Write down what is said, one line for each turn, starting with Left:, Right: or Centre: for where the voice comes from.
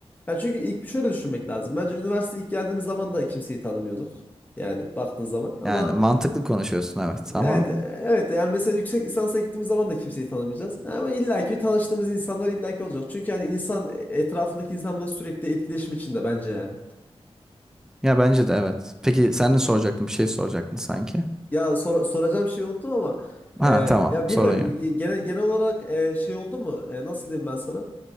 Left: ya çünkü ilk bir şöyle düşünmek lazım. Bence üniversiteye ilk geldiğimiz zaman da kimseyi tanımıyorduk. Yani baktığın zaman ama
Centre: Yani mantıklı konuşuyorsun evet
Left: evet
Centre: ama
Left: evet yani mesela yüksek lisansa gittiğimiz zaman da kimseyi tanımayacağız. Ama illaki tanıştığımız insanlar illaki olacak. Çünkü hani insan etrafındaki insanla sürekli etkileşim içinde bence yani.
Centre: ya bence de evet. Peki sen ne soracaktın? Bir şey soracaktın sanki.
Left: Ya sor- soracağım şeyi unuttum ama
Centre: Ha
Left: e,
Centre: tamam
Left: ya bilmiyorum
Centre: sorun yok.
Left: genel genel olarak e, şey oldu mu? E, nasıl diyeyim ben sana?